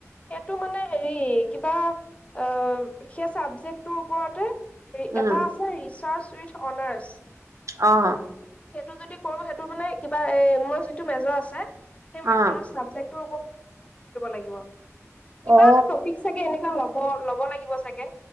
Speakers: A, on the left; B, on the right.
A: সেইটো মানে হেৰি কিবা অ সেই চাবজেক্ট তোৰ ওপৰতে
B: উম
A: এটা আছে ৰিচাৰ্চ ত্ৰিত অনাৰ্ছ
B: অ'।
A: সেইটো যদি কৰো সেইটো মানে কিবা এ মই যিটো মেজৰ আছে সেই মাজৰ
B: অ
A: চাবজেক ল কিবা
B: অ
A: এটা টপিক চাগে এনেকুৱা ল'ব ল হ লাগিব চাগে